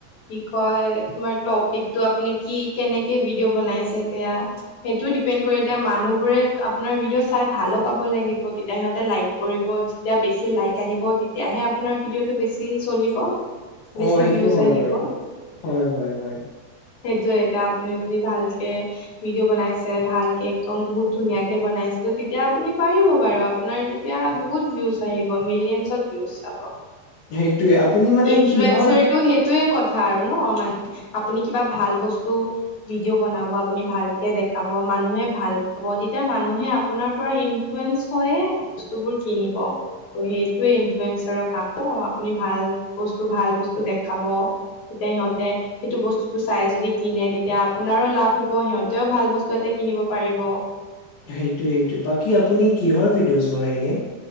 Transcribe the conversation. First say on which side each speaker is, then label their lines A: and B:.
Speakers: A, on the left; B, on the left.
A: কি কয় তোমাৰ তপিকটো আপুনি কি কেনেকে ভিডিঅ'বনাইছে এতিয়া সেইটোও দিপেণ্ড কৰে এতিয়া মানুহ বোৰে আপোনাৰ ভিডিঅ' চাই ভালো পাব। তেতিয়াহে লাইক কৰিব যেতিয়া বেছি লাইক আহিব তেতিয়াহে আপোনাৰ ভিডিঅ'টো বেছি চলিব বেছি
B: অ সেইটো
A: ভিউজ
B: হয়
A: আহিব।
B: বাৰু হয় হয় হয়
A: সেইটোয়ে এতিয়া আপুনি যদি ভালকে ভিডিঅ' বনাইছে ভালকে একদম বহুত ধুনীয়াক বনাইছিলো তেতিয়া আপুনি পাৰিব বাৰু আপোনাৰ তেতিয়া বহুত ভিউজ আহি মিলিয়নত ভিউজ চাব।
B: সেইটোৱে আপুনি মানে
A: ইনফ্লুৱেঞ্চাৰটো
B: কিহৰ
A: সেইটোয়ে কথা। কথা আৰু ন' মানে আপুনি কিবা ভাল বস্তু ভিডিঅ' বনাব আপুনি ভালকে দেখাব মানুহে ভাল পাব তেতিয়া মানুহে আপোনাৰ পৰা ইন ইনফ্লুয়েঞ্চ হয়ে বস্তুবোৰ কিনিব, ত সেইটোৱে ইনফ্লুয়েঞ্চাৰৰ কাম আপুনি ভাল বস্তু -ভাল বস্তু দেখাব তেতিয়া সিহঁতে সেইটো বস্তুটোতো চাই যদি কিনে তেতিয়া আপোনাৰো লাভ হ'ব সিহঁতেও ভাল বস্তু এটা কিনিব পাৰিব।
B: সেইটোৱেতো বাকী আপুনি কিহৰ ভিডিঅ'জ বনাই এনে?